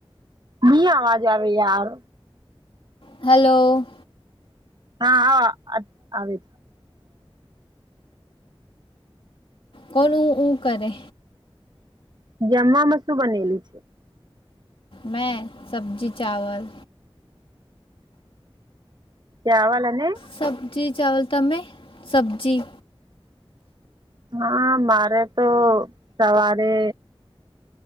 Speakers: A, on the right; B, on the left.
A: ની આવાજ આવે યાર.
B: હલો.
A: હા આવે
B: કોણું હુ કરે.
A: જમવાવામાં શું બનેલું.
B: મેં સબ્જી ચાવલ.
A: કેવાલની. <unintelligible>
B: સબ્જી ચાવલ તમે? સબ્જી.
A: હા મારે તો સવારે